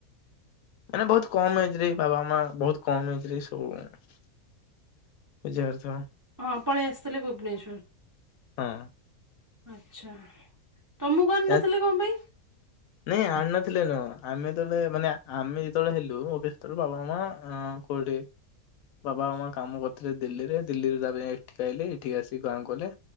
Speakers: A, on the left; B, on the right.
A: ମାନେ ବହୁତ କମ ଏଇଥିରେ ବାବା ମାମା ବହୁତ କମ୍ ଏଜ୍ ରେ ବି ସବୁବେଳେ ବୁଝିପାରୁଥିବୁ
B: ହଁ ପଳେଇ ଆସିଥିଲେ ଭୁବନେଶ୍ଵର
A: ହଁ
B: ଆଚ୍ଛା ତମକୁ କରିନଥିଲେ
A: ଏ
B: କଣ ପାଇଁ
A: ନାଇଁ ଆଣି ନଥିଲେ ନୁହଁ ଆମେ ଯେତେବେଳେ ମାନେ ଆମେ ଯେତେବେଳେ ହେଲୁ ସେତେବେଳ କୁ ବାବା ମାମା ସ୍କୁଲ ଠିକ୍ ବାବା ମାମା କାମ କରିଥିଲେ ଦିଲ୍ଲୀରେ ଦିଲ୍ଲୀରେ ତାପ ଏଠିକି ଆଇଲେ ଏଠିକି ଆସିିକି ଗାଁକୁ ଗଲେ